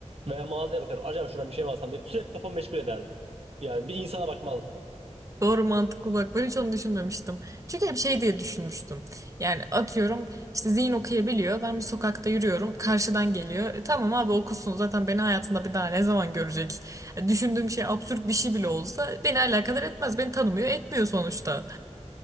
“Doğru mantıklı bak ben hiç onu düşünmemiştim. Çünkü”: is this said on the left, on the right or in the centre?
Right